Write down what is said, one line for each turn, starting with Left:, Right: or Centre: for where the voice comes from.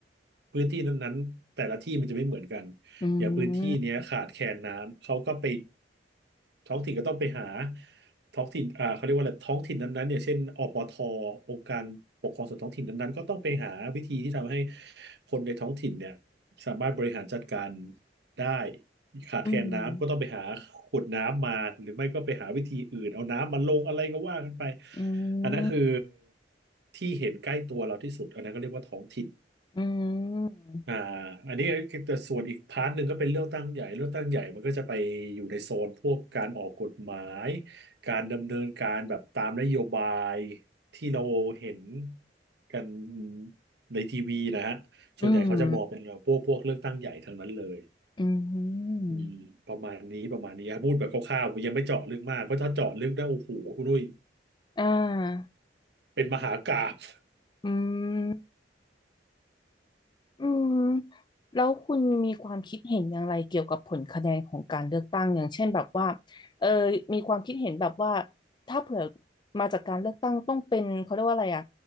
Right: พื้นที่นั้นๆแต่ละที่มันจะไม่เหมือนกัน
Left: อื
Right: อย่างพื้นที่เนี้ยขาดแคลนน้ำเขาก็ไป
Left: ม
Right: ท้องถิ่นก็ต้องไปหา ท้องถิ่นอ่าเขาเรียกว่าอะไรท้องถิ่นนั้นๆเนี่ยเช่นอปทองค์การปกครองส่วนท้องถิ่นนั้นๆก็ต้องไปหาวิธีที่ทำให้คนในท้องถิ่นเนี่ยสามารถบริหารจัดการได้ขาดแคลนน้ำก็ต้องไปหาขวดน้ำมาหรือไม่ก็ไปหาวิธีอื่นเอาน้ำมาลงอะไรก็ว่ากันไป
Left: อืมอื
Right: อันนั้นคือ
Left: ม
Right: ที่เห็นใกล้ตัวเราที่สุดอันนั้นก็เรียกว่าท้องถิ่น
Left: อืม
Right: อ่าอันนี้คือแต่ส่วนอีกพาร์ทหนึ่งก็เป็นเลือกตั้งใหญ่เลือกตั้งใหญ่มันก็จะไปอยู่ในโซนพวกการออกกฎหมายการดำเนินการแบบตามนโยบายที่เราเห็นกันในทีวีนะฮะส่วนใหญ่เขาจะมองเป็นพวกพวกเลือกตั้งใหญ่ทั้งนั้นเลย
Left: อืมอืม
Right: อืมประมาณนี้ประมาณนี้ครับพูดแบบคร่าวๆยังไม่เจาะลึกมากเพราะถ้าเจาะลึกได้โอ้โหคุณนุ้ย
Left: อ่า
Right: เป็นมหากาพย์ <laughs>
Left: อืม อืมแล้วคุณมีความคิดเห็นอย่างไรเกี่ยวกับผลคะแนนของการเลือกตั้งอย่างเช่นแบบว่าเออมีความคิดเห็นแบบว่าถ้าเผื่อมาจากการเลือกตั้งต้องเป็นเขาเรียกว่าอะไรอ่ะ